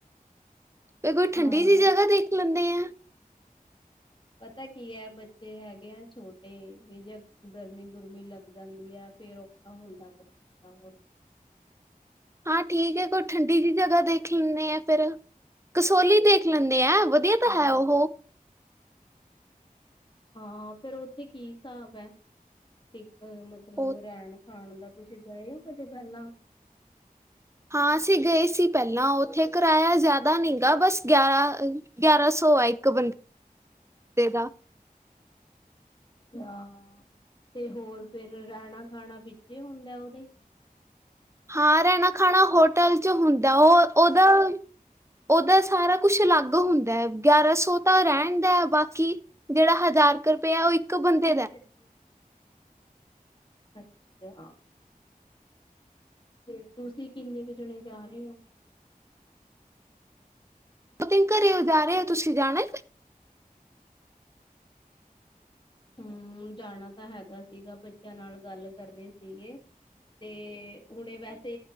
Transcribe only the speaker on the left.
ਹਾਂ,
ਪਤਾ ਕੀ ਹੈ ਬੱਚੇ ਹੈਗੇ ਆ ਛੋਟੇ ਤੇ ਵੀ ਜੇ ਗਰਮੀ ਗੁਰਮੀ ਲੱਗ ਜਾਂਦੀ ਹੈ ਫੇਰ ਔਖਾ ਹੁੰਦਾ ਬੱਚਿਆਂ ਦਾ ਹੋਰ ਛ ਨ
ਹਾਂ,
ਹਾਂ ਫੇਿਰ ਉੱਥੇ ਕੀ ਹਿਸਾਬ ਹੈ ਤੇ ਅ ਮਤਲਬ
ਰਹਿਣ ਖਾਣ ਦਾ ਤੁਸੀਂ ਗਏ ਹੋ ਕਦੇ ਪਹਿਲਾਂ
ਅੱਛਾ ਤੇ ਹੋਰ ਫਿਰ ਰਹਿਣਾ ਖਾਣਾ ਵਿੱਚੇ ਹੁੰਦਾ ਉਹਦੇ
ਦੂਰ
ਗਈਏ ਅੱਛਾ ਤੇ ਤੁਸੀਂ ਕਿੰਨੇ ਕੁ ਜਾਣੇ ਜਾ ਰਹੇ ਹੋ
ਹਮ ਜਾਣਾ ਤਾਂ ਹੈਗਾ ਸੀਗਾ ਬੱਚਿਆਂ ਨਾਲ ਗੱਲ ਕਰ ਰਹੇ ਸੀਗੇ ਤੇ ਹੁਣੇ ਵੈਸੇ